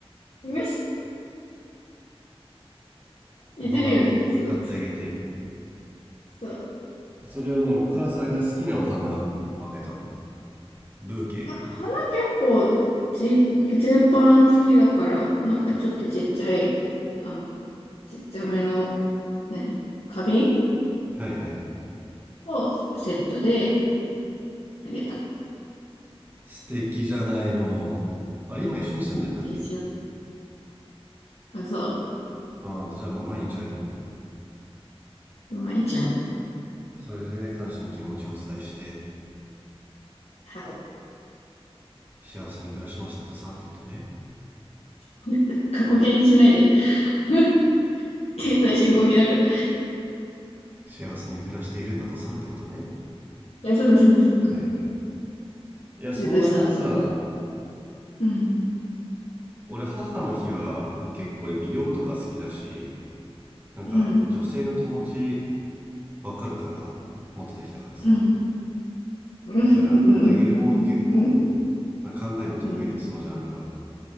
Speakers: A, on the left; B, on the right.
A: よし、似てるよね。
B: お花を買ってあげて。
A: そうそう。そう。
B: それをね、お母さんが好きなお花をあげたの。ブーケ
A: まあ、花結構、じ、全般好きだから、なんかちょっとちっちゃい、あの、ちっちゃめの、何花瓶
B: はいはい。
A: をセットであげた。
B: 素敵じゃないの。あれ、今一緒に住んでんだっけ
A: 一応。あ、そう。
B: ああ、じゃあもう毎日会えるのか。
A: まあいちゃん。
B: それで感謝の気持ちをお伝えして
A: はい。
B: 幸せに暮らしましたとさってことね
A: <laughs> 過去形にしないで。<laughs> 現在進行形だから。
B: 幸せに暮らしているんだとさってことね
A: <laughs> そうそうそう。
B: はいはいいや相談がさ
A: で、どうしたのうん。
B: 俺母の日は、まあ、結構俺美容とか好きだしなんか女性の気持ち
A: うん。
B: わかるから持っててきたからさ
A: うん。うん。
B: だからあげるもの結構
A: うん。うん。うん。
B: なんか考えるの得意でそのジャンルは
A: うん。